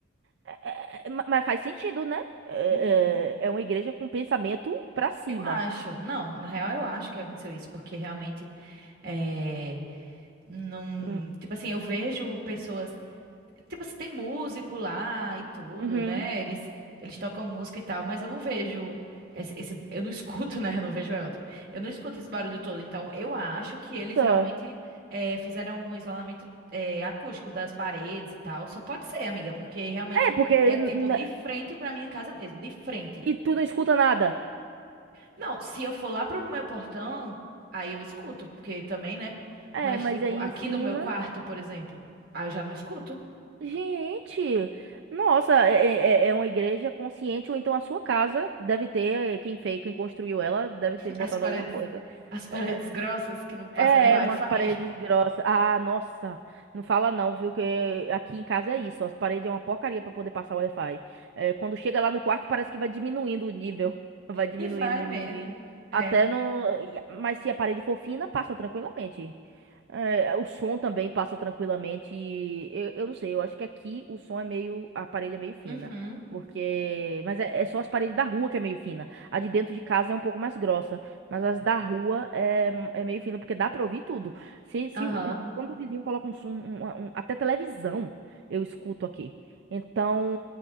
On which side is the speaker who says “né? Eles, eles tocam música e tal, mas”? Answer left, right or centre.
Right